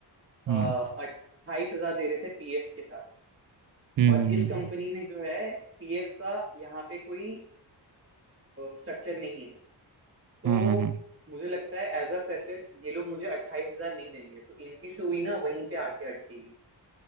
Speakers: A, on the right (about 30°); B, on the right (about 45°).
A: अट्ठाईस
B: हम्म
A: हजार दे रहे थे पीएफ के साथ
B: हम्म
A: और
B: हम्म
A: इस कंपनी में जो है पीएफ का यहाँ पे कोई स्ट्रक्चर नहीं है तो
B: हम्म, हम्म, हम्म।
A: मुझे लगता है एज अ फ्रेशर ये लोग मुझे अट्ठाईस हजार नहीं देंगे तो इनकी सुई ना वहीं पे आके अटकेगी